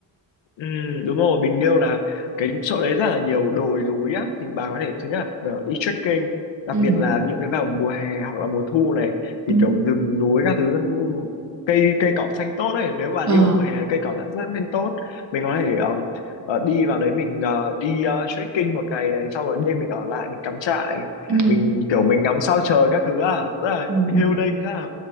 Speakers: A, on the left; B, on the right.
A: Ừ, đúng rồi Bình Liêu là cái chỗ đấy rất là nhiều đồi núi á thì bà có thể thứ nhất là đi trekking đặc
B: ừ
A: biệt là những cái vào mùa hè hoặc là mùa thu này thì
B: ừ
A: kiểu rừng núi các thứ cây cây cỏ xanh tốt đấy nếu bà
B: Ờ.
A: đi vào mùa hè thì cây cỏ đã rất xanh tốt mình có thể um, ờ, đi vào đấy mình ờ, đi ờ, trekking một ngày này sau rồi đêm mình ở lại mình cắm trại
B: ừ
A: mình kiểu mình ngắm sao trời các thứ à rất là
B: ừ ừ
A: healing rất là